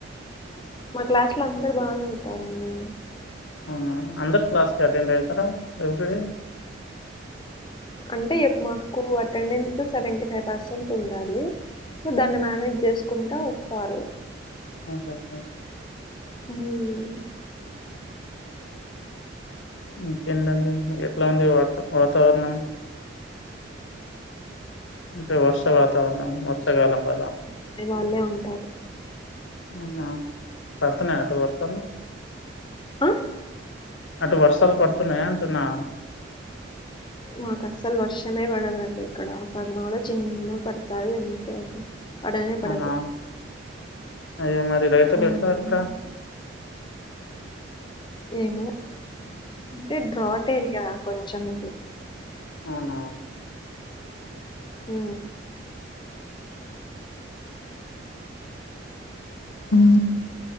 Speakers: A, on the left (about 25°); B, on the left (about 80°).
A: మా క్లాస్ లో అందరు బానే చదుతారండీ
B: అవునా అందరు క్లాస్ అటెండ్ అవుతారా ఎవ్రీడే
A: అంటే మాకు అటెండెన్స్ సెవెంటీ ఫైవ్ పర్సెంట్ ఉండాలి సో దాన్ని మేనజ్ చేసుకుంటా వస్తారు
B: ఓకే సార్
A: హు
B: ఇంకేంటండి ఎట్లా ఉంది వాత వాతావరణం అంటే వర్ష వాతావరణం వర్షాకాలం కదా
A: అనే వాళ్ళే ఉంటారు
B: అవునా పడుతున్నాయా అటు వర్షాలు
A: ఆ
B: అటు వర్షాలు పడుతున్నాయా అంటున్నా
A: మాకు అస్సలు వర్షమే పడదండి ఇక్కడ పడిన కూడా చిన్న పడుతది అంతే అసలు పడనే పడదు
B: అవునా అయ్యో మరి రైతులు
A: హ్మ్.
B: ఎట్లా అక్క
A: ఏమో అంటే డ్రాట్ ఏరియా కొంచెం ఇది
B: అవునా
A: ఓ
B: మ్